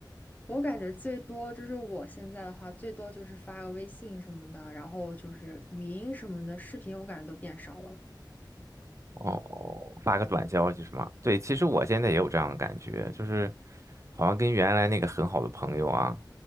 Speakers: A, on the left; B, on the right.
A: 我感觉最多就是我现在的话，最多就是发个微信什么的，然后就是语音什么的，视频我感觉都变少了。
B: 哦，发个短消息是吗？对，其实我现在也有这样的感觉，就是好像跟原来那个很好的朋友啊，